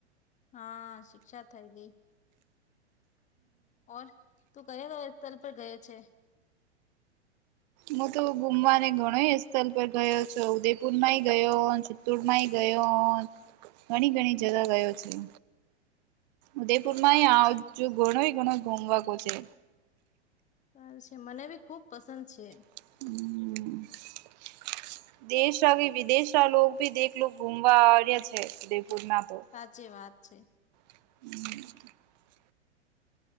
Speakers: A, on the left; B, on the right.
A: હા શિક્ષા થઈ ગઈ ઓર તું કયા <unintelligible> ગયે છે.
B: હું તો ઘુમવાને ઘણો સ્થળ પર ગયો છું ઉદયપુર માંય ગયો. ચિત્તોડ માંય ગયો. ઘણી ઘણી જગ્યાએ ગયો છું. ઉદયપુમાં
A: સારું
B: આજ
A: છે
B: ઘણ ઘ ઘુમવા કો છે.
A: ચાર છે. મને બી ખુબ પસંદ છે.
B: <unintelligible> દેશવી વિદેશ લોકો ભી દેખલો લો ઘુમવા આવ્યા છે. ઉદયપુરમાં તો.
A: સાચી વાત છે.
B: <unintelligible>